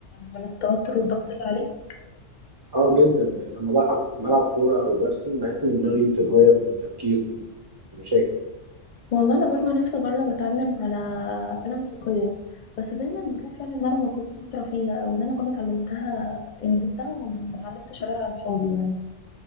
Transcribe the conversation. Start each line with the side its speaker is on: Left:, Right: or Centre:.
Left: من التوتر والضغط اللي عليك
Right: اه جدا يعني لما بلعب بلعب كورة او برسم بحس ان دماغي بتتغير من التفكير من المشاكل
Left: والله انا برضه نفسي اجرب اتعلم على آلة موسيقية بس دايما بخاف يعني ان انا ما كنتش شاطرة فيها او ان انا كنت اتعلمتها يعني جبتها وما اتعلمتش عليها على الفاضي يعني